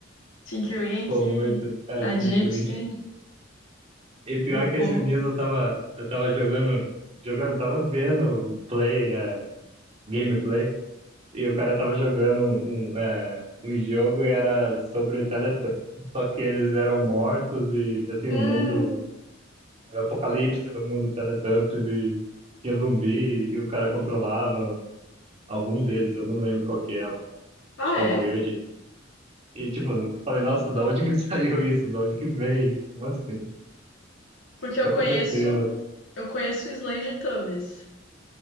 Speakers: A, on the left; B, on the right.
A: Tinky Winky,
B: Pô, muito. É,
A: a
B: Tim
A: Gypsy,
B: Twitch. E pior
A: o
B: que
A: Po.
B: esses dias eu tava, eu tava jogando, jogando, tava vendo play, é, gameplay, e o cara tava jogando um, um, é, um jogo e era sobre Teletubbies, só que eles eram mortos e, assim,
A: Hum,
B: o mundo, era um apocalipse no mundo Teletubbies e tinha zumbi e o cara controlava algum deles, eu não lembro qual que é lá.
A: ah,
B: Acho que é
A: é?
B: o verde. E tipo, falei, nossa, da onde que <laughs> saiu isso? Da onde que veio isso? Como assim?
A: Porque
B: O que tá
A: eu conheço,
B: acontecendo?
A: eu conheço o Slendertubbies.